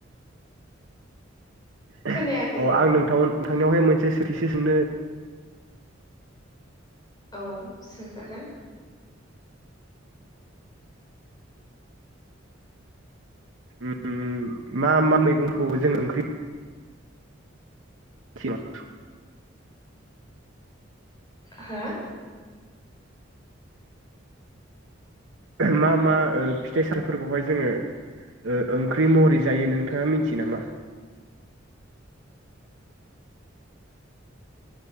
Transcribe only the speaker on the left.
खोनायाखै
औ सोंजागोन।
हा